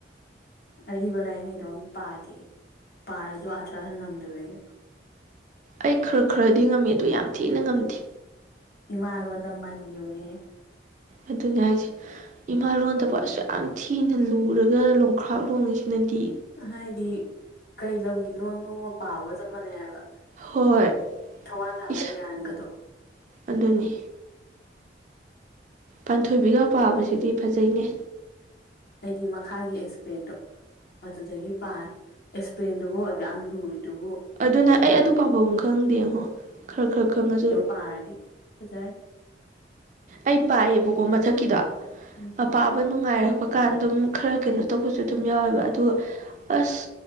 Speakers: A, on the left; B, on the right.
A: ꯑꯔꯤꯕ ꯂꯥꯏꯔꯤꯛꯉꯩꯗꯣ ꯑꯝ ꯄꯥꯗꯦ ꯄꯥꯔꯁꯨ ꯑꯥꯊꯍꯟꯉꯝꯗꯕꯒꯤ
B: ꯑꯩ ꯈꯔ ꯈꯔꯗꯤ ꯉꯝꯃꯤ ꯑꯗꯨ ꯌꯥꯝ ꯊꯤꯅ ꯉꯝꯗꯦ
A: ꯏꯃꯥ ꯂꯣꯟꯗ ꯃꯟ ꯌꯨꯡꯉꯦꯍꯦ
B: ꯑꯗꯨꯅꯦ ꯍꯥꯏꯁꯦ ꯏꯃꯥꯂꯣꯟꯗꯕꯨ ꯑꯁꯨꯛ ꯌꯥꯝ ꯊꯤꯅ ꯂꯨꯔꯒ ꯂꯣꯡꯈ꯭ꯔꯥꯛ ꯂꯣꯡꯉꯤꯁꯤꯅꯗꯤ
A: ꯍꯥꯏꯗꯤ ꯀꯩ ꯂꯝꯒꯤ ꯂꯣꯟꯅꯣꯃ ꯄꯥꯕꯒ ꯆꯞ ꯃꯥꯟꯅꯩ ꯍꯥꯏꯕ
B: ꯍꯣꯏ
A: ꯊꯋꯥꯟ ꯊꯥꯕ
B: ꯏꯁꯥ
A: ꯍꯤꯔꯥꯟꯒꯗꯣ
B: ꯑꯗꯨꯅꯤ ꯄꯥꯟꯊꯣꯏꯕꯤꯒ ꯄꯥꯕꯁꯤꯗꯤ ꯐꯖꯩꯅꯦ
A: ꯑꯩꯗꯤ ꯃꯈꯥꯒꯤ ꯑꯦꯛꯁꯄꯂꯦꯟꯗꯣ ꯑꯗꯨꯗꯒꯤ ꯄꯥꯔꯦ ꯑꯦꯁꯄ꯭ꯂꯦꯟꯗꯨꯕꯨ ꯑꯗꯨꯛ ꯌꯥꯝ ꯂꯨꯔꯤꯗꯨꯕꯨ
B: ꯑꯗꯨꯅ ꯑꯩ ꯑꯗꯨ ꯄꯥꯕꯝ ꯈꯪꯗꯦꯡꯉꯣ ꯈꯔ ꯈꯔ ꯈꯪꯉꯥꯖꯨ
A: ꯄꯥꯔꯗꯤ ꯐꯖꯥꯏ
B: ꯑꯩ ꯄꯥꯏꯌꯦꯕꯀꯣ ꯃꯊꯛꯀꯤꯗꯣ
A: ꯎꯝ
B: ꯄꯥꯕ ꯅꯨꯡꯉꯥꯏꯔꯛꯄ ꯀꯥꯟ ꯑꯗꯨꯝ ꯈꯔ ꯀꯩꯅꯣ ꯇꯧꯕꯁꯨ ꯑꯗꯨꯝ ꯌꯥꯎꯋꯦꯕ ꯑꯗꯨ ꯑꯁ